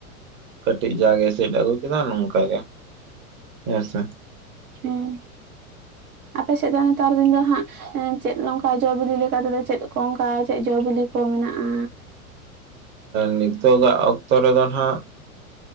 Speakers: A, on the right; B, on the right.
A: ᱠᱟᱹᱴᱤᱡ ᱡᱟᱜᱮ ᱥᱤᱫ ᱟᱜᱩ ᱠᱮᱫᱟ ᱱᱝᱠᱟ ᱜᱮ ᱦᱮᱸ ᱥᱮ
B: ᱦᱮᱸ ᱟᱯᱮ ᱥᱮᱫ ᱫᱚ ᱱᱮᱛᱟᱨ ᱫᱤᱱ ᱫᱚ ᱦᱟᱸᱜ ᱪᱮᱫ ᱱᱝᱠᱟ ᱡᱚ ᱵᱤᱞᱤ ᱞᱮᱠᱟ ᱛᱮᱫᱚ ᱪᱮᱫ ᱠᱚ ᱚᱱᱠᱟ ᱪᱮᱫ ᱡᱚ ᱵᱤᱞᱤ ᱠᱚ ᱠᱚ ᱢᱮᱱᱟᱜᱼᱟ
A: ᱱᱤᱛᱚᱜᱟᱜ ᱚᱠᱛᱚ ᱨᱮᱫᱚ ᱱᱟᱜ